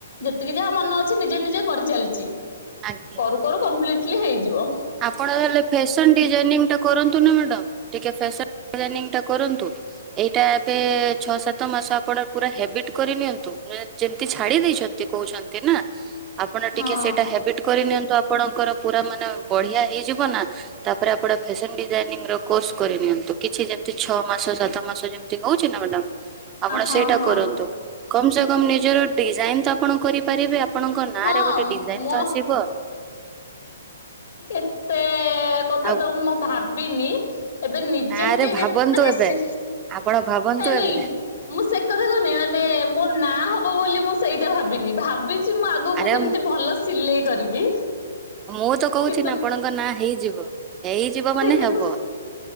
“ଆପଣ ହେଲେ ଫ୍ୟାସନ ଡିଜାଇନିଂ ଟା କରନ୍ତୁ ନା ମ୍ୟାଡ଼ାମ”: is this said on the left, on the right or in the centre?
Right